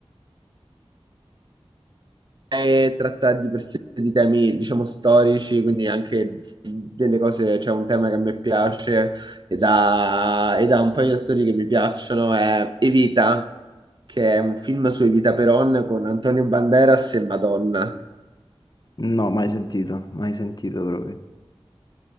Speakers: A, on the right; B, on the left.
A: eh, tratta di per sé di temi, diciamo, storici, quindi anche delle cose, c'è un tema che a me piace ed ha, ed ha un paio di attori che mi piacciono, è Evita, che è un film su Evita Peron con Antonio Banderas e Madonna.
B: No, mai sentito, mai sentito proprio.